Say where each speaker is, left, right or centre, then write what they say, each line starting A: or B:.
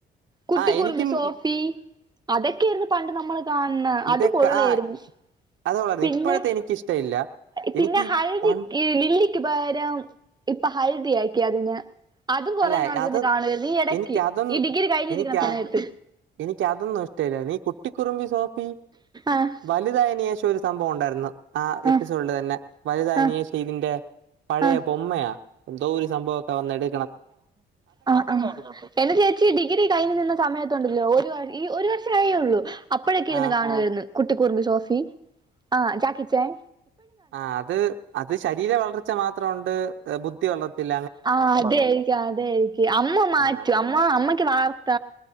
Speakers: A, on the right; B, on the right.
A: കുട്ടിക്കൂറുമ്പി
B: ആഹ് എനിക്കും
A: സോഫി അതൊക്കെയായിരുന്നു പണ്ട് നമ്മൾ കാണണെ
B: ഇതൊക്കെ
A: അത് കൊള്ളായിരുന്നു
B: ആഹ് അത് പറഞ്ഞ്
A: പിന്നെ
B: ഇപ്പോഴത്തെ എനിക്ക് ഇഷ്ടമില്ല
A: പിന്നെ
B: എനിക്ക് ഈ
A: ഹല്ധി
B: പൺ
A: ക്ക് ലീ ക്ക് പകരം ഇപ്പൊ ഹൽദി ആക്കി അതിന് അതും കൊറേ
B: അല്ല
A: നാളിരുന്ന്
B: അത്
A: കാണുവായിരുന്നു ഈ എടക്ക്
B: എനിക്കതൊന്നും
A: ഈ ഡിഗ്രി കഴിഞ്ഞിരിക്കുന്ന
B: എനിക്ക
A: സമയത്ത്
B: എനിക്കതൊന്നും ഇഷ്ടല്ലായിരുന്നു ഈ കുട്ടിക്കുറുമ്പി സോഫി
A: ആഹ്
B: വലുതായനെഷം ഒരു സംഭവം ഉണ്ടായിരുന്നു എന്ന് ആ
A: ആഹ്
B: എപ്പിസോഡിൽ തന്നെ. വലുതായെന്
A: ആഹ്
B: ശേഷം ഇതിന്റെ പഴയ
A: ആഹ്
B: പൊമ്മയ. എന്തോരു സംഭവം ഒക്കെ വന്നിട്
A: ആഹ് ആഹ് എന്റെ ചേച്ചി ഡിഗ്രി കഴിഞ്ഞു നിന്ന സമയത്തുണ്ടല്ലോ ഒരു ഈ ഒരു ച്ചായെ ഉള്ളു. അപ്പോഴൊക്കെ ഇരുന്ന്
B: ആ
A: കാണുവായിരുന്നു കുട്ടിക്കൂറമ്പി സോഫി ആഹ് ജാക്കിച്ചേൻ
B: ആഹ് അത് അത് ശരീര വളർച്ച മാത്രംണ്ട് ബുദ്ധി വളർത്തിൽ
A: ആഹ് അതെ ആയിരിക്കും അതെ ആയിരിക്കും അമ്മ മാറ്റും
B: ആ
A: അമ്മ അമ്മക്ക് വാർത്ത